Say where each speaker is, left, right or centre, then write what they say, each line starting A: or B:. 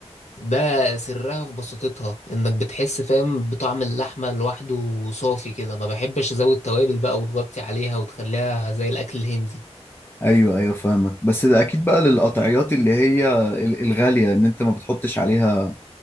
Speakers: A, on the left; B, on the left.
A: ده سرها في بساطتها انك بتحس فاهم بطعم اللحمة لوحده صافي كده ما بحبش ازود توابل بقى وتغطي عليها وتخليها زي الاكل الهندي
B: ايوه ايوه فاهمك بس ده اكيد بقى للقطعيات اللي هي ال- الغاليه ان انت ما بتحطش عليها